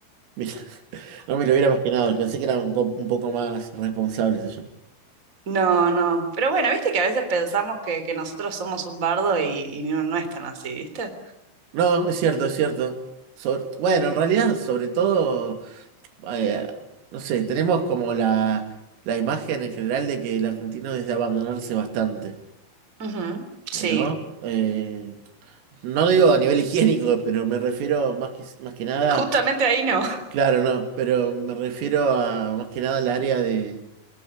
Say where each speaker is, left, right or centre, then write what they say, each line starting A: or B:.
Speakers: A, on the right; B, on the right.
A: Mira, <laughs> no me lo hubiera imaginado. Pensé que eran un, co- un poco más responsables ellos.
B: No, no. Pero bueno, viste que a veces pensamos que, que nosotros somos un bardo y, y no, no es tan así, ¿viste?
A: No, es cierto, es cierto. Sobre- bueno, en realidad, sobre todo, eh, no sé, tenemos como la, la imagen en general de que el argentino es de abandonarse bastante,
B: Ujú, Sí,
A: eh, ¿no? Eh, no digo a nivel higiénico, pero me refiero más que, más que nada,
B: justamente ahí no.
A: claro, no, pero me refiero a más que nada al área de